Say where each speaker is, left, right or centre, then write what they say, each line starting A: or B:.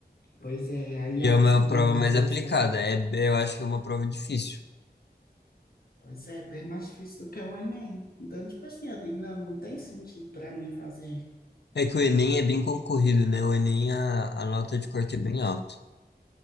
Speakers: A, on the left; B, on the left.
A: pois é, aí
B: E
A: a-
B: é
A: essa
B: uma
A: prova
B: prova mais
A: às vezes,
B: aplicada.
A: talvez.
B: É, é- eu acho que é uma prova difícil.
A: Pois é, bem mais difícil do que o Enem. Então, tipo assim, eu digo, não, não tem sentido para mim fazer.
B: É que o Enem é bem concorrido, né? O Enem, a, a nota de corte é bem alta.